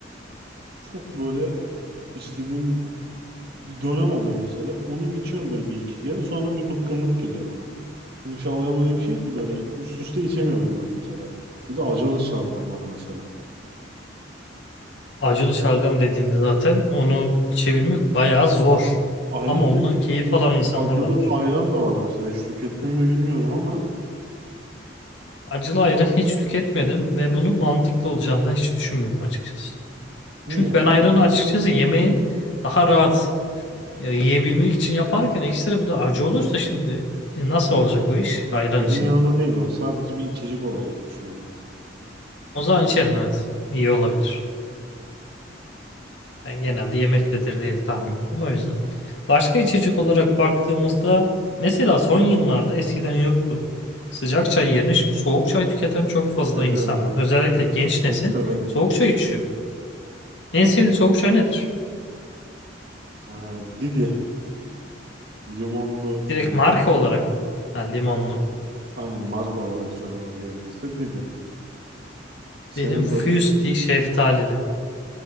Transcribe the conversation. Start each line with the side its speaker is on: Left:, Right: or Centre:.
Right: çok böyle istediğim bir dönem oluyor mesela. Onu içiyorum böyle bir iki kere sonra bir bıkkınlık geliyor bana. Çünkü şalgam öyle bir şey ki böyle üst üste içemiyorum ben mesela. Bir de acılı şalgam var mesela.
Left: Acılı şalgam dediğinde zaten onu içebilmek bayağı zor.
Right: Ayran
Left: Ama
Right: Hmm.
Left: ondan
Right: demiş
Left: keyif
Right: ki
Left: alan insanlar
Right: acılı
Left: da var.
Right: ayran da var mesela. Hiç tükettim mi bilmiyorum ama
Left: Acılı ayran hiç tüketmedim ve bunun mantıklı olacağını da hiç düşünmedim açıkçası.
Right: niye?
Left: Çünkü ben ayranı
Right: Neden?
Left: açıkçası yemeği daha rahat e, yiyebilmek için yaparken ekstra bu da acı olursa şimdi e, nasıl olacak o iş ayran
Right: Yemin
Left: için?
Right: yanında değil o. Sadece bir içecek olarak düşün onu.
Left: O zaman içerim evet. İyi olabilir. Ben genelde yemektedir diye tahmin ettim o yüzden. Başka içecek olarak baktığımızda mesela son yıllarda eskiden yoktu. Sıcak çay yerine şimdi soğuk çay tüketen çok fazla
Right: Mesela
Left: insan var. Özellikle genç
Right: çok
Left: nesil
Right: severim.
Left: soğuk çay içiyor. En sevdiğin soğuk çay nedir?
Right: Ee, Didi limonlu olması.
Left: Direkt marka olarak mı? Ha, limonlu.
Right: Aynen, aynen marka olarak söylemem gerekirse Didi. Senin
Left: Benim Fusti
Right: böyle
Left: şeftalili.